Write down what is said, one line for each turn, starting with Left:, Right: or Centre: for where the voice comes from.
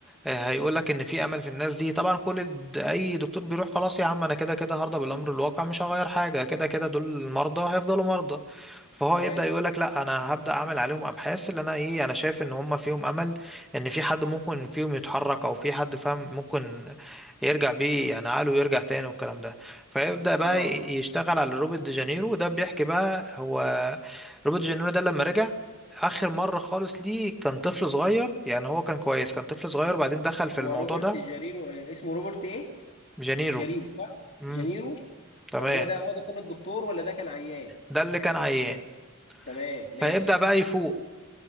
Centre: آه، هيقول لك ان في امل في الناس دي طبعا كل ال- اي دكتور بيروح خلاص يا عم انا كده كده هرضى بالامر الواقع مش هغير حاجة كده كده دول المرضى هيفضلوا مرضى فهو
Left: كويس
Centre: يبدأ يقول لك لا انا هبدأ اعمل عليهم ابحاث اللي انا ايه انا شايف ان هم فيهم امل ان في حد ممكن فيهم يتحرك او في حد فاهم ممكن يرجع بيه يعني عقله يرجع تاني والكلام ده فيبدأ بقى
Left: اه
Centre: ي- يشتغل على روبرت دي جانيرو وده بيحكي بقى هو روبرت دي جانيرو ده لما رجع آخر مرة خالص ليه كان طفل صغير يعني هو كان كويس كان طفل صغير بعدين دخل في
Left: هو
Centre: الموضوع
Left: روبرت
Centre: ده
Left: جاريرو آه، اسمه روبرت ايه
Centre: جانيرو
Left: جاريرو صح
Centre: امم
Left: جانيرو
Centre: تمام
Left: طب هو ده هو ده كان الدكتور ولا ده كان عيان
Centre: ده اللي كان عيان
Left: تمام
Centre: فيبدأ
Left: ماشي
Centre: بقى يفوق